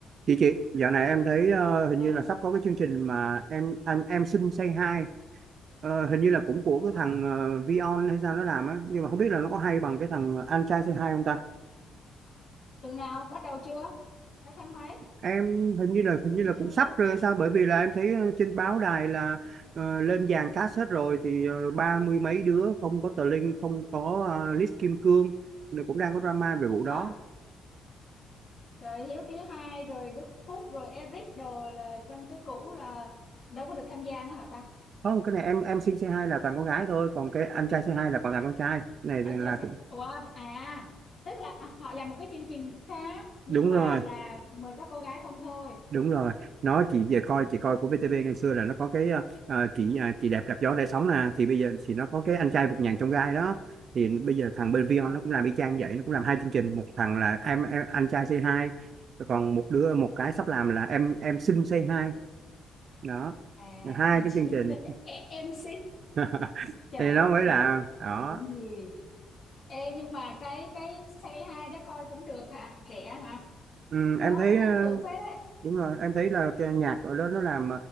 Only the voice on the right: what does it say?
Chị chị, dạo này em thấy ờ, hình
như là sắp có cái chương trình mà em em em xin say hi Ờ, hình như là cũng của cái
thằng uh, Vion hay sao nó làm á nhưng mà không biết là nó có hay bằng cái thằng anh trai say hi không ta
em hình như là hình như
là
cũng
sắp rồi hay sao bởi vì là em thấy ờ, trên báo đài là ờ, lên dàn cast hết rồi thì ờ, ba mươi mấy đứa không có tờ Linh không có ờ, List Kim Cương rồi cũng đang có drama về vụ đó
không cái này em em xin say hi là toàn con gái thôi còn cái anh trai say hi là còn toàn con trai Cái
này là
đúng
rồi
đúng rồi nó chỉ
về coi chị coi của VTV ngày xưa là nó có cái ờ, ờ, chị à, chị đẹp đạp gió để sống nè thì bây giờ thì nó có cái anh trai vượt ngàn chông gai đó thì bây giờ thằng bên Vion
nó cũng làm y chang vậy nó cũng làm hai chương trình một thằng là em, em anh trai Say Hi Rồi còn một đứa một cái sắp làm là em em xin Say Hi đó
hai
cái chương
trình
<laughs>
thì nó mới
là đó
ừ,
em thấy
ờ,
đúng rồi em thấy là cái nhạc ở đó nó làm